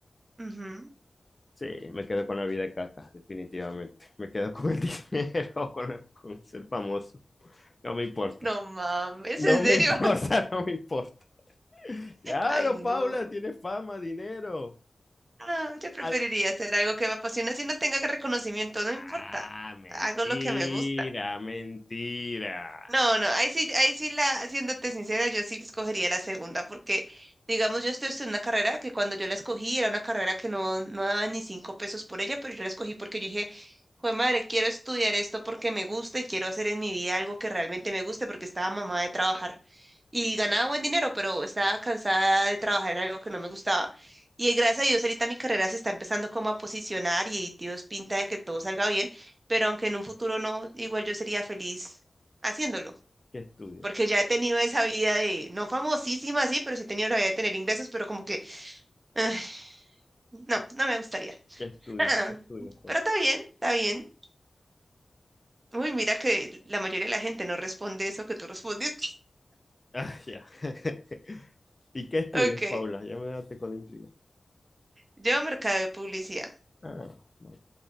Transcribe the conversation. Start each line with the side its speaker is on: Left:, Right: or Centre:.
Right: Ujú.
Left: Sí, me quedo con la vida de caca, definitivamente. <laughs> Me quedo con el <laughs> dinero, con, el- con ser famoso. No me importa.
Right: No mames,
Left: No
Right: ¿en
Left: me
Right: serio?
Left: importa,
Right: <laughs>
Left: <laughs> no me importa. Claro,
Right: Ay, no.
Left: Paula, tienes fama, dinero.
Right: Ah, yo preferiría
Left: Al-
Right: hacer algo que me apasiona si no tenga reconocimiento, no importa.
Left: Ah, mentira,
Right: Hago lo que me gusta.
Left: mentira.
Right: No, no, ahí sí, ahí sí la, siéndote sincera, yo sí escogería la segunda, porque digamos, yo estoy en una carrera que cuando yo la escogí era una carrera que no, no daba ni cinco pesos por ella, pero yo la escogí porque yo dije, jue madre, quiero estudiar esto porque me gusta y quiero hacer en mi vida algo que realmente me guste porque estaba mamada de trabajar y ganaba buen dinero, pero estaba cansada de trabajar en algo que no me gustaba. Y eh, gracias a Dios ahorita mi carrera se está empezando como a posicionar y Dios pinta de que todo salga bien, pero aunque en un futuro no, igual yo sería feliz haciéndolo,
Left: ¿Qué estudias?
Right: porque ya he tenido esa vida de, no famosísima, sí, pero sí he tenido la vida de tener ingresos, pero como que, ah, no,
Left: ¿Qué,
Right: no me gustaría.
Left: qué estudias?
Right: Ah,
Left: ¿Qué estudias, Paula?
Right: pero está bien, está bien. Uy, mira que la mayoría de la gente no responde eso que tú respondes. <laughs>
Left: Ah, ya. <laughs> ¿Y qué estudias,
Right: Ok,
Left: Paula? Ya me dejaste con la intriga.
Right: yo mercado de publicidad,
Left: Ah, bueno.